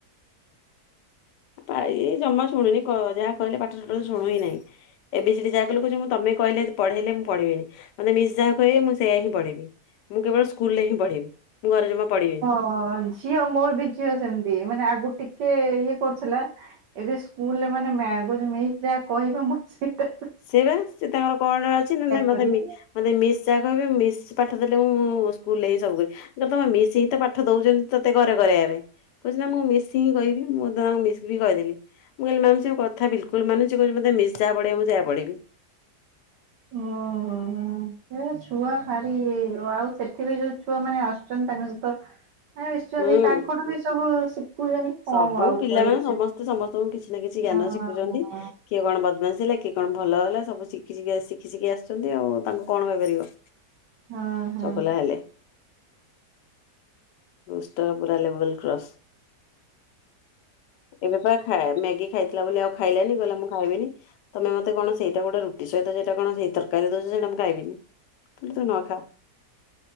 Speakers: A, on the left (about 85°); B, on the right (about 85°).
A: ପାହି ଜମା ଶୁଣୁନି କ ଯାହା କହିଲେ ପାଠ ଟୁଟାଲ ଶୁଣୁହିଁ ନାହିଁ। ଏ ବି ସି ଡି ଯାହା କହିଲେ କହୁଛି ମୁଁ ତମେ କହିଲେ ପଢେଇଲେ ମୁଁ ପଢିବିନି। ମତେ ମିସ୍ ଯାହା କହିବେ ମୁଁ ସେୟା ହିଁ ପଢ଼ିବି ମୁଁ କେବଳ ସ୍କୁଲରେ ହିଁ ପଢ଼ିବି ମୁଁ ଘର ଜମା ପଢ଼ିବିନି।
B: ହଁ ଝିଅ ମୋର ବି ଝିଅ ସେମିତି ମାନେ ଆଗରୁ ଟିକେ ଇଏ କରୁଥିଲା। ଏବେ ସ୍କୁଲରେ ମାନେ ମା ମିସ୍ ଯାହା କହିବେ ମୁଁ ସେଇଠା
A: ସେଇ ବା ସେ ତାଙ୍କର କଣ ଅଛି ନା ନା ମତେ
B: କରିବେ
A: ମି ମୋତେ ମିସ୍ ଯାହା କହିବେ ମିସ୍ ପାଠ ଦେଲେ ମୁଁ ସ୍କୁଲରେ ହିଁ ସବୁ କରି ତମେ ମିସ୍‌ ହିଁ ତ ପାଠ ଦଉଛନ୍ତି ତତେ ଘରେ କରିବା ପାଇଁ। କହୁଛି ନା ମୁଁ ମିସ୍‌ ହିଁ କହିବି ମୁଁ ତାଙ୍କ ମିସ୍‌ ବି କହିଦେଲି। ମୁଁ କହିଲି ମାମ ସେ କଥା ବିଲକୁଲ ମାନୁଛି କହୁଛି ମତେ ମିସ୍‌ ଯା ପଡେଇବ ମୁଁ ସେଇହା ପଡିବି।
B: ହଁ ହଁ। ସେ ଛୁଆ ଭାରି ଆଉ ସେଠି ବି ଯୋଉ ଛୁଆ ମାନେ ଆସୁଛନ୍ତି ତାଙ୍କ ସହିତ ମାନେ ମିଶୁଛନ୍ତି
A: ହୁଁ।
B: ତାଙ୍କଠୁ ବି ସବୁ ଶିଖୁଛନ୍ତି।
A: ସବୁ
B: କଣ ଆଉ
A: ପିଲାମାନେ
B: କହିବୁ
A: ସମସ୍ତେ
B: ସେ
A: ସମସ୍ତଙ୍କୁ କିଛି ନା କିଛି ଜ୍ଞାନ
B: ହଁ
A: ଶିଖୁଛନ୍ତି।
B: ହଁ
A: କିଏ କଣ ବଦମାସି ହେଲା କିଏ କଣ ଭଲ ହେଲା ସବୁ ଶିଖି ଶିଖା ଶିଖି ଶିଖା ଆସୁଛନ୍ତି ଆଉ ତାଙ୍କୁ କଣ କହିପାରିବ
B: ହଁ ହଁ ହଁ।
A: ଚଗଲା ହେଲେ। ଦୁଷ୍ଟର ପୁରା ଲେବୁଲ କ୍ରସ୍। ଏବେ ପା ଖା ମ୍ୟାଗି ଖାଇଥିଲା ବୋଲି ଆଉ ଖାଇଲାନି କହିଲା ମୁଁ ଖାଇବିନି। ତମେ ମତେ କଣ ସେଇଟା ଗୋଟା ରୁଟି ସହିତ ସେଇଟା କଣ ସେଇ ତରକରୀ ଦଉଛ ସେଟା ମୁଁ ଖାଇବିନି। ଟୋଟାଲି ତୁ ନ ଖା।